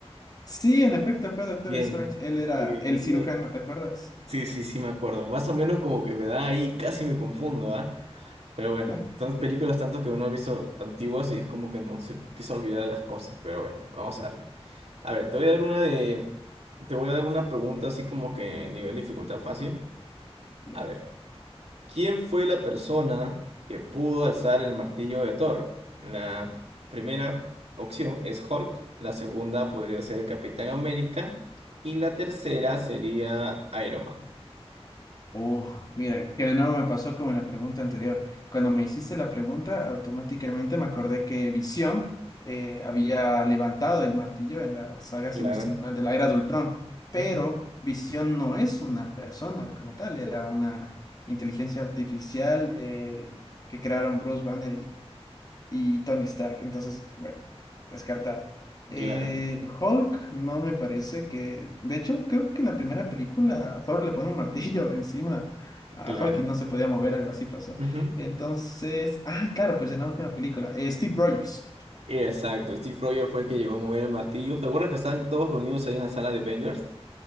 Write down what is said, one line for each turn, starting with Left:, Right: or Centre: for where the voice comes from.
Left: Sí, en efecto, fue Doctor
Right: Bien.
Left: Strange. Él era
Right: Bien,
Left: el cirujano,
Right: bien.
Left: ¿te acuerdas?
Right: Sí, sí, sí, me acuerdo. Más o menos como que me da ahí, casi me confundo, ¿ah? Pero bueno,
Left: <laughs>
Right: son películas tanto que uno ha visto antiguas y es como que no se empieza a olvidar de las cosas. Pero bueno, vamos a darle. A ver, te voy a dar una de... Te voy a dar una pregunta así como que nivel dificultad fácil.
Left: Ya.
Right: A ver. ¿Quién fue la persona que pudo alzar el martillo de Thor? La primera opción es Hulk, la segunda podría ser el Capitán América y la tercera sería Iron Man.
Left: Uf, mira, que de nuevo me pasó como en la pregunta anterior. Cuando me hiciste la pregunta, automáticamente me acordé que Visión eh, había levantado el martillo en la saga,
Right: Claro,
Left: si no estoy mal, de la Era de Ultrón. Pero
Right: ujú,
Left: Visión no es una persona como tal, era una inteligencia artificial eh, que crearon Bruce Banner y Tony Stark. Entonces, bueno, descartado. Eh,
Right: claro,
Left: Hulk no me parece que... De hecho, creo que en la primera película Thor le pone un martillo <laughs> encima a
Right: claro.
Left: Hulk y no se podía mover, algo así pasó.
Right: ujú.
Left: Entonces, ah, claro, pues en la última película. eh, Steve Rogers.
Right: Exacto, Steve Rogers fue el que llegó a mover el martillo. ¿Te acuerdas que estaban todos reunidos ahí en la sala de Avengers?